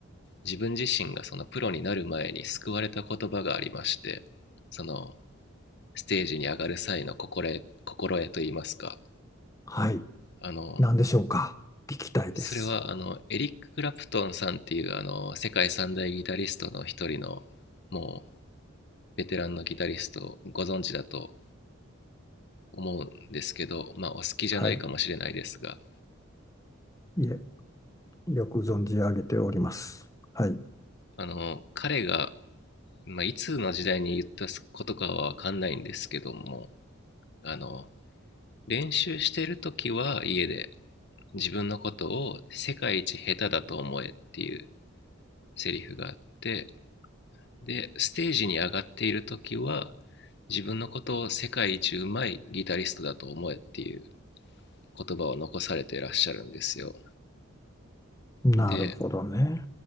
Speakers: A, on the left (about 55°); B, on the left (about 15°).
A: 自分自身がそのプロになる前に救われた言葉がありまして、その、ステージに上がる際の心得、心得といいますか、
B: はい、
A: あの、
B: 何でしょうか。聞きたいです。
A: それはあのエリック・クラプトンさんっていうあの世界三大ギタリストの一人のもうベテランのギタリストをご存知だと思うんですけど、まあ、お好きじゃないかもしれないですが
B: はい、いえ、よく存じ上げております。はい。
A: あの彼が、まあ、いつの時代に言ったことかは分かんないんですけどもあの練習してる時は家で自分のことを世界一下手だと思えっていうセリフがあってで、ステージに上がっている時は、自分のことを世界一うまいギタリストだと思えっていう言葉を残されていらっしゃるんですよ。
B: なるほどね。
A: で、